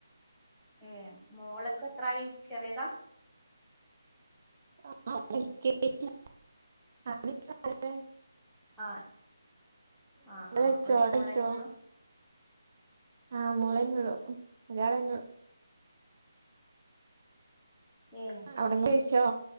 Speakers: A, in the centre; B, on the right (about 40°).
A: ഏ മോളൊക്കെ എത്രായി ചെറിയതാ
B: ആ <unintelligible>
A: ആ ആ
B: ഇങ്ങള്
A: ആ
B: കഴിച്ചോ
A: ഒരു
B: അവിടെ
A: മോളന്നെ
B: കഴിച്ചോ
A: ഉള്ളൂ
B: ആ മോളന്നെള്ളു ഒരാള് തന്നെ ഉളളൂ
A: ഏ
B: അവിടേ കഴിച്ചോ